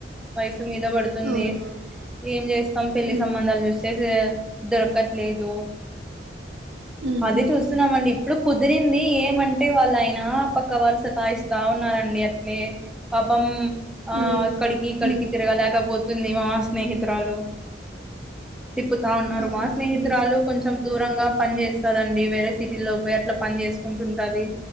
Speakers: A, in the centre; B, on the right (about 85°).
A: వయసు మీద పడు ఉంది
B: అవునా
A: ఏం చేస్తం పెళ్లి
B: ఊహూ
A: సంబంధాలు చూస్ తెసుదొరకట్లేదు
B: ఊహూ
A: అదే చూస్తున్నాం అండి ఇప్పుడు కుదిరింది ఏమంటే వాళ్ళయినా పక్క వాళ్ళు సతాయిస్తా న్నారండి అట్లే పాపం ఆ
B: అయ్యో
A: అక్కడికి ఇక్కడికి
B: హ్మ్
A: తిరగలేకపో తుంది మా స్నేహితురాలు తిప్పుతా ఉన్నారు
B: అవునా
A: మా స్నేహితురాలు
B: అండి
A: కొంచెం దూరంగా పని చేస్తాదండి వేరే సిటీల్లో పోయి అట్ల పని చేసుకుంటు ఉంటాది